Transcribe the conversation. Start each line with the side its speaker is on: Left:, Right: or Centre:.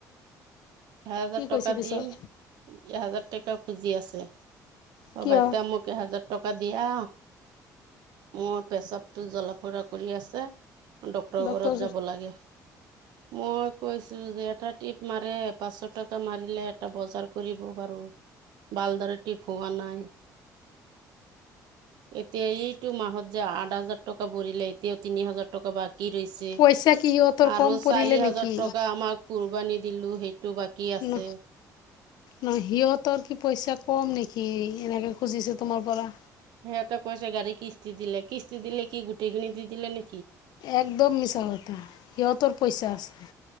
Right: এহেজাৰ
Left: কি
Right: টকা
Left: কৈছে পিছত
Right: দিম এহেজাৰ টকা খুজি আছে। অ,
Left: কিয়
Right: বা এতিয়া মোক এহেজাৰ টকা দিয়া। মোৰ পেচাবটো জোল ফুৰা কৰি আছে। ডক্তৰৰ
Left: ডক্তৰ
Right: ঘৰত যাব লাগে। মই কৈছো যে এটা ট্ৰিপ মাৰে পাঁচশ টকা মাৰিলে এটা বজাৰ কৰিব বাৰু ভালদৰে টিপ হোৱা নাই। এতিয়া এইটো মাহত যে, আ হাজাৰ টকা ভৰিলে, এতিও তিনি হাজাৰ টকা বা বাকী ৰৈছে
Left: পইচা কি সিহঁতৰ
Right: আৰু
Left: কম পৰিলে
Right: চাৰি
Left: নেকি
Right: হাজাৰ টকা আমাক কুৰবানী দিলো। সেইটো বাকী আছে
Left: ন, ন, সিহঁতৰ কি পইচা কম নেকি? কি, এনেকে খুজিছে তোমাৰ পৰা।
Right: সিহতে কৈছে গাড়ী কিষ্টি দিলে, কিস্তি দিলে কি গোটেই খিনি দি, দিলে নে
Left: একদম মিছা কথা, সিহঁতৰ পইচা আছে,